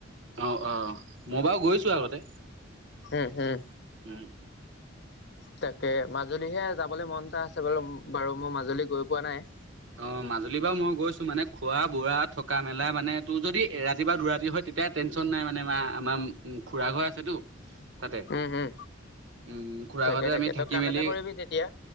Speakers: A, on the right; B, on the left.
A: অ অ মই বাৰু গৈছো আগতে,
B: উম, হুম,
A: উ,
B: তাকে মাজুলীহে যাবলৈ মন এটা আছে বাৰু বাৰু মই মাজুলী গৈ পোৱা নাই।
A: অ মাজুলী বাৰ মই গৈছো মানে। খোৱা বোৱা থকা মেলা মানে তোৰ যদি এ ৰাতি বা দুৰাতি হয় তেতিয়া। টেনচন নাই মানে আ, আমাৰ খুৰা ঘৰ আছেতো তাতে
B: উম, হুম,
A: উম, খুৰা
B: তাকে
A: ঘৰতে
B: তাকে
A: আমি থাকি
B: তই কাম
A: মেলি,
B: এটা কৰিবি তেতিয়া,